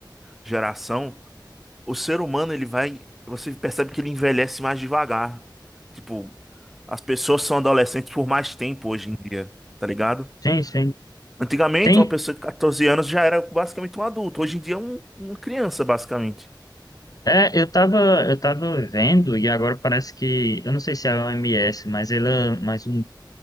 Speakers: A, in the centre; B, on the left.
A: geração. o ser humano, ele vai. Você percebe que ele envelhece mais devagar. Tipo, as pessoas são adolescentes por mais tempo hoje em dia, tá ligado?
B: Sim, sim.
A: Antigamente,
B: Tem,
A: uma pessoa de 14 anos já era basicamente um adulto. Hoje em dia é um- uma criança, basicamente.
B: é, eu tava, eu tava vendo e agora parece que, eu não sei se é a OMS, mas ela, mas o